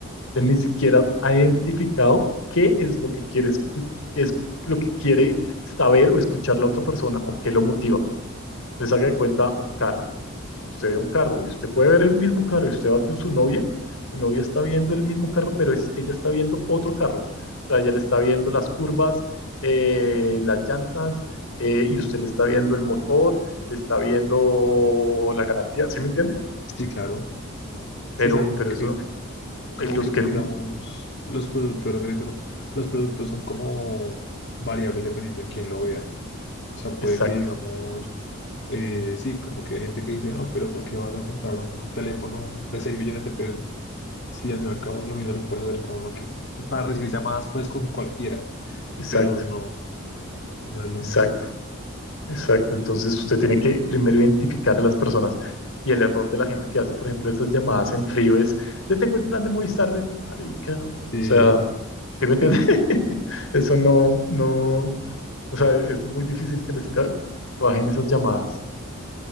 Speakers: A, on the left (about 75°); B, on the left (about 50°).
A: gente ni siquiera ha identificado qué es lo que quiere escu- qué es lo que quiere saber o escuchar la otra persona o qué lo motiva. Les haga de cuenta un carro. Usted ve un carro y usted puede ver el mismo carro y usted va con su novia. Su novia está viendo el mismo carro, pero es, ella está viendo otro carro. O sea, ella le está viendo las curvas, eh, las llantas, eh, y usted le está viendo el motor, le está viendo la garantía, ¿sí me entiende?
B: Sí, claro. Sí,
A: Pero,
B: o sea, como
A: pero
B: que
A: eso,
B: como
A: eh, los
B: que,
A: que...
B: digamos, los productores de dro- los productos son como variables dependiendo de quién lo vea. O sea, puede
A: Exacto,
B: que, digamos, eh, sí, como que hay gente que dice, no, pero ¿por qué vas a comprar un teléfono de 6 millones de pesos? Si al mercado lo mismo lo puedes hacer con uno que, para recibir llamadas, pues con cualquiera,
A: exacto,
B: pero no, no es lo
A: exacto.
B: mismo.
A: Exacto, entonces usted tiene que primero identificar a las personas. Y el error de la gente que hace, por ejemplo, esas llamadas en frío es, le tengo el plan de Movistar de marica.
B: Sí,
A: O sea, ¿sí me entiende? <laughs> Eso no, no, o sea, es muy difícil que les ca- cuajen esas llamadas.